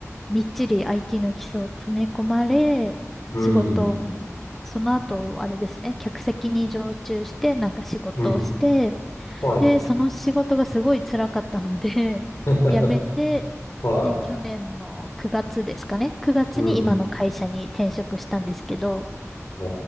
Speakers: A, in the centre; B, on the left.
A: みっちり IT の基礎を詰め込まれ、
B: うん。
A: 仕事、その後、あれですね、客席に常駐して、なんか仕事をして、
B: うん。はい。
A: で、その仕事がすごい辛かったので、<laughs>
B: <laughs>
A: 辞めて、
B: は
A: で、去年の9月ですかね。9月に今の会社に転職したんですけど、
B: い。うん。ああ、